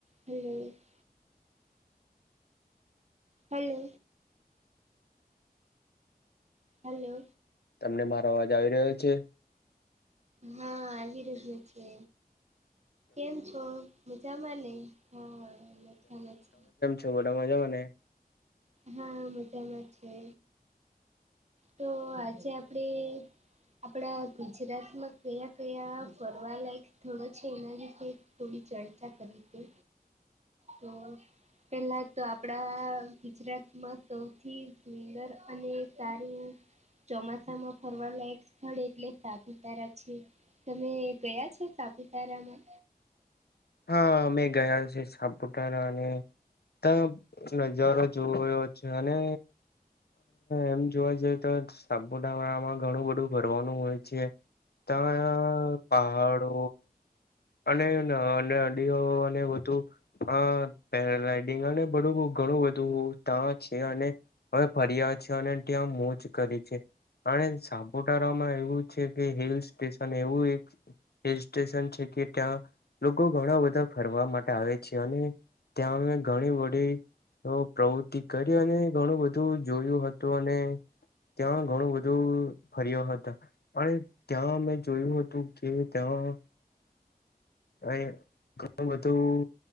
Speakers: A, on the right; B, on the left.
A: હમ <inaudible> hello hello
B: તમને મારો અવાજ આવી રહ્યો છે
A: હા આવી રહ્યો છે કેમ છો મજામાં ને હા મજામાં છે
B: તો બધા મજા મને
A: હા મજામાં છે તો આજે આપડે આપણા ગુજરાતમાં કયા કયા ફરવાલાયક સ્થળો છે એના વિશે થોડી ચર્ચા કરી છે તો પહેલા તો આપડા ગુજરાતમાં સૌથી સુંદર અને <unintelligible> ચોમાસામાં ફરવાલાક સ્થળ એટલે સાપુતારા છે તમે ગયા છો સાપુતારામાં
B: હા અમે ગયા છે સાપુતારા અને ત્યા નજારો જોવો એવો છે અને એમ જોવા જઈએ તો સાપુવાળામાં ઘણું બધું ભરવાનું હોય છે ત્યાં પહાડો અને અ અને વધુ હા પેરાગ્લાઇડિંગ અને બધું ઘણું બધું ત છે હવે ફરિયા છે અને ત્યાં મોજ કરી છે અને સાપુતારામાં એવું છે કે હિલ સ્ટેશન એવું એક હિલ સ્ટેશન છે કે ત્યાં લોકો ઘણા બધા ફરવા માટે આવે છે અને ત્યાંમે ઘણી વડીી તો પ્રવૃત્તિ કરી અને ઘણું બધું જોયું હતું અને ત્યાં ઘણું બધું ફર્યો હતા અને ત્યાં અમે જોયું હતું કે ત્યાં <unintelligible> ઘણું બધું